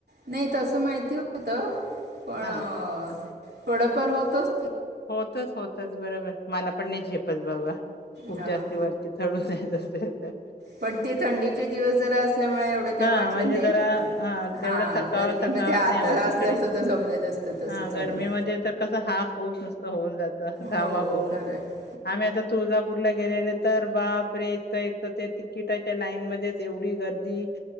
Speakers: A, on the right; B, on the left.
A: नाही तसं माहिती होत पण
B: हां.
A: अ... थोडं फार होतच
B: होतच होतच बरोबर मला पण नाही झेपत बाबा खुप
A: हां
B: जास्ती वरती चढुन जायच <unintelligible> अन् ऎंटिलेजेबल
A: पण ते थंडीचे दिवस जरा असल्यामुळे एवढं काही
B: हा
A: वाटलं
B: म्हणजे
A: नाही
B: जरा हा
A: हां
B: तेवढं थकाव
A: गरमीमध्ये
B: थकावत
A: आता
B: नाही होत
A: असलं
B: इकडे
A: असतं तर जमलं नसतं तसं
B: हा
A: चढणं
B: गर्मीमध्ये तर कसं हाफ हुफ नुसत होऊन जातं घामाघुम
A: हो खरं आहे
B: आम्ही आता तुळजापुरला गेलेले तर बापरे एक एक तर ते तिकिटाच्या लाईन मध्येच एवढी गर्दी.